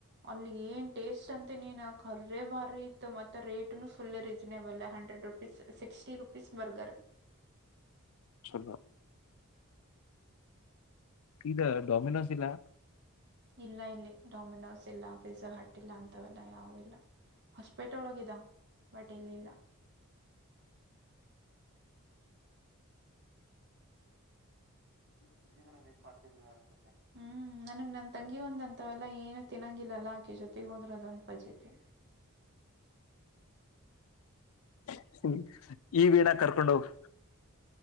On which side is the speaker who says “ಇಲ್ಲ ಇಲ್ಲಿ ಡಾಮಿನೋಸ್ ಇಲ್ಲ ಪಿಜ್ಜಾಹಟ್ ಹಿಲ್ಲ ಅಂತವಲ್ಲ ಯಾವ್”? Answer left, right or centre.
Right